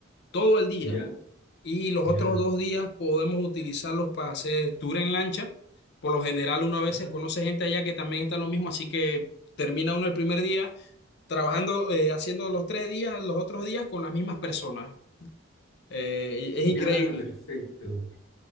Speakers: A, on the left; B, on the left.
A: todo el día,
B: ¿Ya?
A: y los
B: Ya.
A: otros dos días podemos utilizarlos para hacer tour en lancha. Por lo general, uno a veces
B: Ah,
A: conoce gente allá que también está lo mismo, así que termina uno el primer día trabajando, eh, haciendo los tres días, los otros días con las mismas personas. Eh,
B: ya,
A: y es increíble.
B: perfecto.